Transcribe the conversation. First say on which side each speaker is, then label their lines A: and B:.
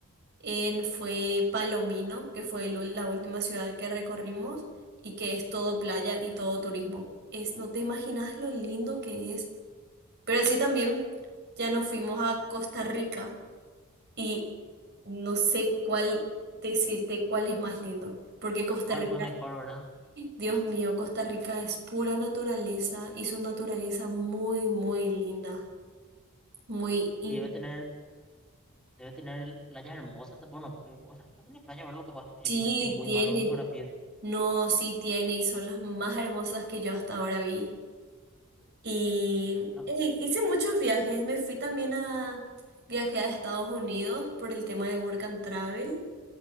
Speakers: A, on the right; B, in the centre.
A: en- fue Palomino, que fue el ul- la última ciudad que recorrimos y que es todo playa y todo turismo. Es, no te imaginas lo lindo que es. Pero así también ya nos fuimos a Costa Rica y no sé cuál decirte cuál es más lindo, porque Costa
B: ¿Cuál
A: Rica
B: fue mejor, verdad?
A: Dios mío, Costa Rica es pura naturaleza y su naturaleza muy, muy linda, muy... in-
B: Y debe tener Debe tener playas hermosas. ta- Bueno, eh, Costa Rica tiene playas, ¿verdad? Capaz, es
A: Sí,
B: que yo soy muy
A: tiene,
B: malo con geografía.
A: no, sí tiene y son las más hermosas que yo hasta ahora vi. Y
B: No,
A: ey, hice muchos viajes, me fui también a... Viajé a Estados Unidos por el tema de Work and Travel